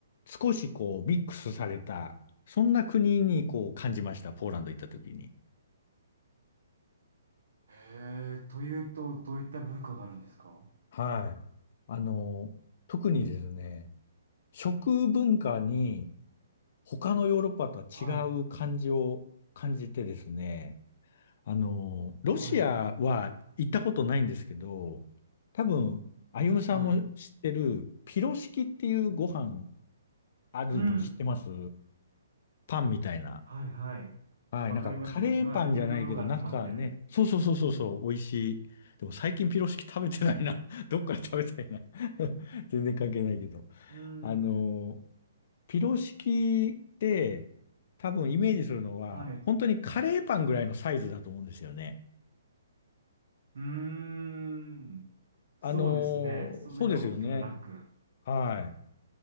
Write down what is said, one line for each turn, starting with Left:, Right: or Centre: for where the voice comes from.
Left: 少しこうミックスされた、そんな国にこう感じました、ポーランド行った時に。
Right: へえ、というと、どういった文化があるんですか？
Left: はい。あの、特にですね、食文化に他のヨーロッパとは違う感じを感じてですね、
Right: はい、
Left: あの、ロシアは行ったことないんですけど、
Right: はい、
Left: 多分、あゆむさんも知ってる、
Right: はい。
Left: ピロシキっていうご飯あるの知ってます
Right: うん。
Left: パンみたいな。
Right: はいはい。
Left: はい。
Right: わかりますよ。
Left: なんか、カレーパンじゃないけど、
Right: はい。いろんなものが集まってる。
Left: 中ね。そうそうそうそうそう、美味しい。でも最近ピロシキ食べてないな。<laughs> どっかで食べたいな <laughs> 全然関係ないけど。
Right: うーん。
Left: あのー、ピロシキって、多分イメージするのは、
Right: はい。
Left: 本当にカレーパンぐらいのサイズだと思うんですよね。
Right: うーん。そうですね。
Left: あの
Right: そんなに大きくもなく。
Left: ーそうですよね。はい。